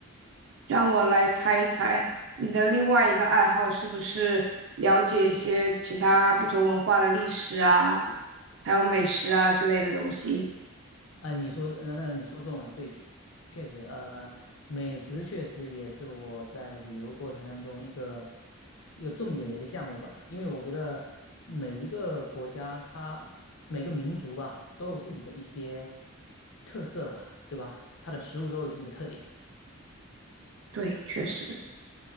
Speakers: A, on the right; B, on the left.
A: 让我来猜一猜，你的另外一个爱好是不是了解一些其他不同文化的历史啊，还有美食啊之类的东西？
B: 呃，你说，那那你说中了，对，确实，呃，美食确实也是我在旅游过程当中一个有重点的一个项目吧，因为我觉得每一个国家它每个民族吧都有自己的一些特色吧，对吧？它的食物都有自己的特点。
A: 对，确实，